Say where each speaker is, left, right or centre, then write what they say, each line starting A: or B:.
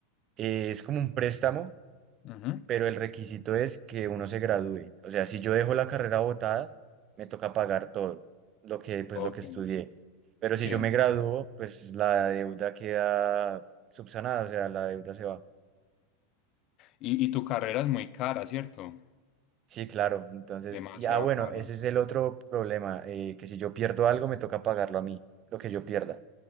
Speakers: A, on the right (about 40°); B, on the left (about 45°).
A: eh, es como un préstamo
B: Ujú.
A: pero el requisito es que uno se gradúe. O sea, si yo dejo la carrera botada, me toca pagar todo lo que, pues,
B: Ok,
A: lo que estudié. Pero
B: sí.
A: si yo me gradúo, pues la deuda queda subsanada, o sea, la deuda se va.
B: Y, y tu carrera es muy cara, ¿cierto?
A: Sí, claro. Entonces,
B: Demasiado
A: ya bueno,
B: cara.
A: ese es el otro problema, eh, que si yo pierdo algo, me toca pagarlo a mí, lo que yo pierda.